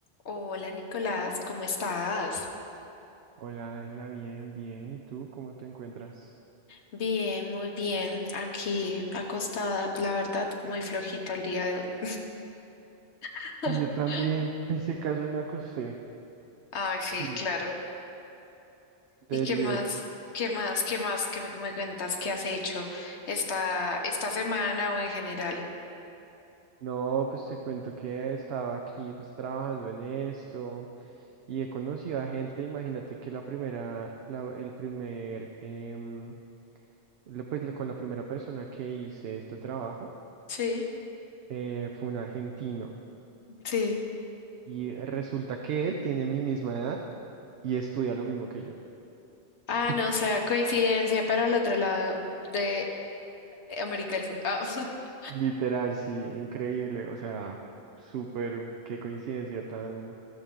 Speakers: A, on the left; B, on the right.
A: Hola Nicolás, ¿cómo estás?
B: Hola Ángela, bien, bien. ¿Y tú cómo te encuentras?
A: Bien, muy bien. Aquí acostada, la verdad, muy flojita el día de hoy. <laughs>
B: Y Yo también te hice caso y me acosté.
A: Ay,
B: Sí,
A: sí, claro. ¿Y
B: Deli,
A: qué Eh, más?
B: Deli.
A: ¿Qué más? ¿Qué más? ¿Qué me, me cuentas? ¿Qué has hecho esta, esta semana o en general?
B: No, pues te cuento que he estado aquí pues trabajando en esto y he conocido a gente, imagínate que la primera, la, el primer, em, la- pues la- con la primera persona que hice este trabajo
A: Sí,
B: eh, fue un argentino
A: sí.
B: y resulta que él tiene mi misma edad y estudia lo mismo que yo.
A: Ah,
B: <laughs>
A: no, o sea, coincidencia, pero al otro lado de América del Sur. Ah. <laughs>
B: Literal, sí, increíble, o sea, súper, qué coincidencia tan,